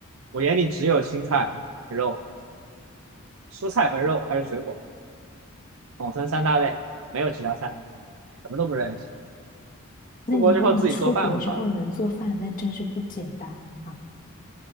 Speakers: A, on the right; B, on the left.
A: 我眼里只有青菜、肉、蔬菜和肉，还有水果，统称三大类，没有其他菜，什么都不认识。
B: 那你那你出国之后能做饭，
A: 出国之后自己做饭会好一点，
B: 那真是不简单哈。